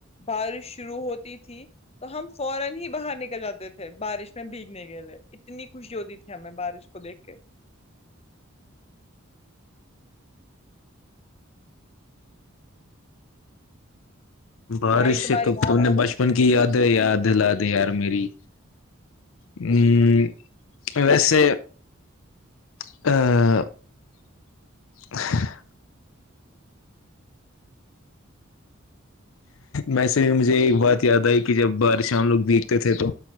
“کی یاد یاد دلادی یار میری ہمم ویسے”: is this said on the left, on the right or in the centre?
Left